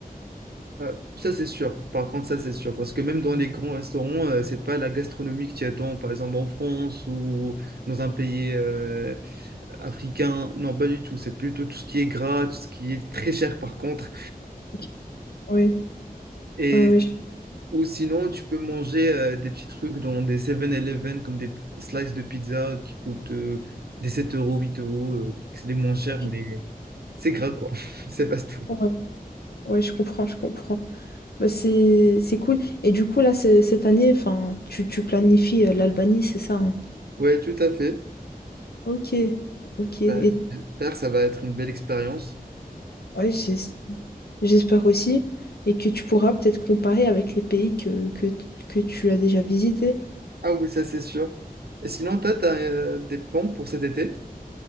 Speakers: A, on the right; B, on the left.
A: Ah, ça, c'est sûr. Par contre, ça, c'est sûr. Parce que même dans les grands restaurants, euh, c'est pas la gastronomie que tu attends, par exemple en France ou dans un pays euh, africain. Non, pas du tout. C'est plutôt tout ce qui est gras, tout ce qui est très cher, par contre.
B: Ok. Oui,
A: Et
B: oui, oui, je
A: Ou sinon, tu peux manger euh, des petits trucs dans des Seven eleven comme des slices de pizza qui coûtent euh, des 7 euros, 8 euros. euh, c'est les moins chers,
B: ok.
A: mais c'est gras quoi. <laughs> C'est pas tout.
B: Ouais. Ouais, je comprends, je comprends. Bah, c'est, c'est cool. Et du coup, là, c'est- cette année, enfin, tu, tu planifies euh, l'Albanie, c'est ça, hein
A: Ouais, tout à fait.
B: Ok, ok. Et
A: Euh, j'espère que ça va être une belle expérience.
B: ouais, j'ai- j'espère aussi, et que tu pourras peut-être comparer avec les pays que, que, que tu as déjà visités.
A: Ah oui, ça c'est sûr. Et sinon, toi, t'as euh, des plans pour cet été?